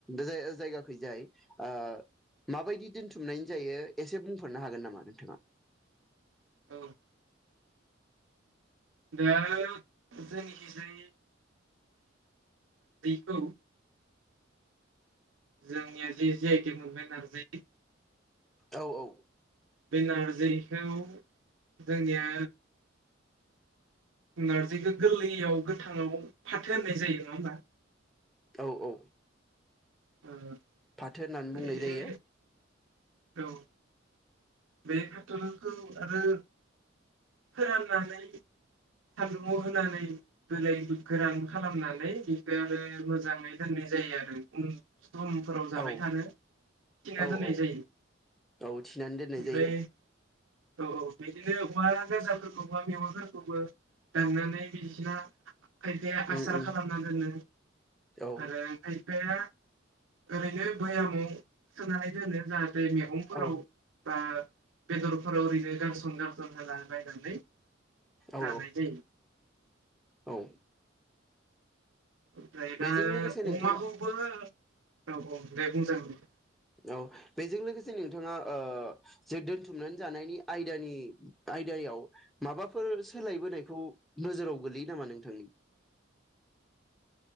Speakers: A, in the centre; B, on the right (about 80°).
A: जाय-जायगाखैजाय आ माबायदि दोनथुमनायनि जायो एसे बुंफोरनो हागोन नामा नोंथाङा?
B: औ दा जोंनिखिसायो बेखौ जोंनिया जि जि आइटि मोननाय नारजि
A: औ औ।
B: बे नारजिखौ जोंनिया नारजिखौ गोरलैयाव गोथाङाव फाथो होननाय जायो नङा होमबा?
A: औ औ।
B: ओ
A: फाथो होननानै
B: बे
A: बुंनाय जायो।
B: औ। बे फाथोखौ आरो फोराननानै सान्दुंआव होनानै गोलै गोरान खालामनानै बेखौ आरो मोजाङै दोननाय जायो आरो उन समफोराव जाबाय
A: औ
B: थानो थिना
A: औ
B: दोननाय
A: औ
B: जायो
A: औ थिनानै दोननाय
B: ओमफ्राय
A: जायो
B: औ औ। बेदिनो ओवा गोजाफोरखौ बा मेवाफोरखौबो दांनानै बिदिना खायफाया
A: उम
B: आसार
A: उम
B: खालामना दोनो
A: औ
B: आरो खायफाया ओरैनो बयामाव सोनानै दोनो जा जै मैगंफोराव
A: औ
B: बा बेदरफोराव ओरैनो गारसन गारसन होना बाय नानै
A: औ
B: जानाय जायो।
A: औ।
B: ओमफ्राय
A: बेजों
B: दा
A: लोगोसे नोंथाङा
B: अमाखौबो औ औ दे बुंजागोन।
A: औ बेजों लोगोसे नोंथाङा ओ जे दोनथुमनानै जानायनि आयदानि आयदायाव माबाफोर सोलायबोनायखौ नोजोराव गोलैयो नामा नोंथांनि